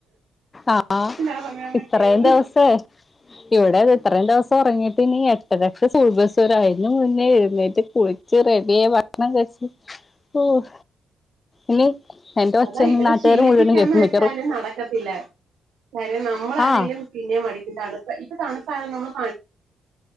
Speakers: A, on the left (about 25°); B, on the right (about 85°).
A: ആഹ്
B: ആ സമയം
A: ഇത്രയും
B: എന്ത് ചെയ്യുമെന്ന്
A: ദിവസേ ഇവിടെ ഇത്രയും ദിവസം ഒറങ്ങിയിട്ട് ഇനി എട്ടരക്ക് സ്കൂൾ ബസ് വരും അതിന്നു മുന്നേ എഴുന്നേറ്റ് കുളി ച്ച് റെഡിയായി ഭക്ഷണം കഴിച്ച് ഓഹ് ഇനി എന്റെ ഒച്ച
B: അതാ ഇവരെ
A: നാട്ടുകാർ
B: ശീലിപ്പിക്കാന്ന്
A: മുഴുവനും കേൾക്കു
B: വെച്ചാല്
A: മിക്കവാറും
B: നടക്കത്തില്ല കാര്യം നമ്മൾ ആണെങ്കിലും
A: ആഹ്
B: പിന്നെ മടിക്ക തണുപ്പ ഇപ്പൊ തണുപ്പാല നമ്മള്